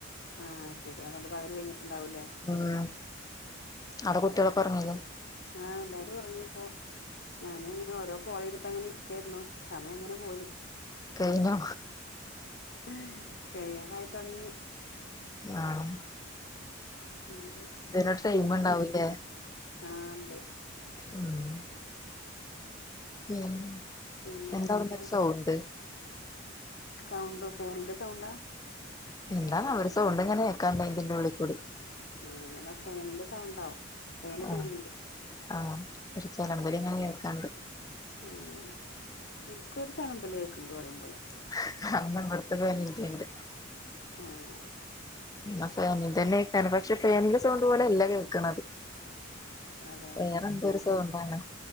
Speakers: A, on the left; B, on the left.
A: ആഹ് ശെരിയാ അതോണ്ട് പകല് കഴിഞ്ഞ്ട്ട്ണ്ടാവൂല്ലേ
B: ഉം അടെ കുട്ടിയാളൊക്കെ ഒറങ്ങീലെ.
A: ആഹ് എല്ലാരും ഒർങ്ങിപ്പൊ ഞാന് ഇങ്ങനെ ഓരോ കോളെയ്തിട്ട് അങ്ങനെ ഇരിക്കാര്ന്നു. സമയം ഇങ്ങനെ പോയി
B: കഴിഞ്ഞോ
A: ഹ് കഴിയാറായി തൊടങ്ങി.
B: ആഹ്.
A: ഉം
B: ഇതിന് ട്രെയ്മ്
A: പിന്നെ
B: ഇണ്ടാവുല്ലേ
A: ആഹ് ഉണ്ട്
B: ഉം. പിന്നെ
A: പിന്നെ
B: എന്താ
A: എന്തൊക്കെ
B: അവിട്ന്നൊരു സൗണ്ട്.
A: സൗണ്ടോ ഫേനിന്റെ സൗണ്ടാ
B: എന്താണാവോ ഒരുസൗണ്ട്ങ്ങനെ കേക്കാണ്ട് അയ് ഇതിന്റെ ഉള്ള് കൂടി.
A: ആഹ് അതാ ഫേനിന്റെ സൗണ്ടാവും ഫേന്
B: ആ
A: തിരീണ്ട്.
B: ആഹ് ഒര് ചെലമ്പല് ഇങ്ങനെ കേക്കാണ്ട്
A: ആഹ് എൻക് ഒര് ചെലമ്പല് കേക്കണ്ട് പറയും പോലെ
B: <unintelligible>
A: ആഹ്
B: പശെ അങ്ങൻ തന്നെ എക്കാരം ഫാന്റെ സൗണ്ട് പോലെ അല്ല കേക്കണത്
A: അതെ
B: വേറെന്തോ
A: എന്താന്നാ
B: ഒര് സൗണ്ടാണ്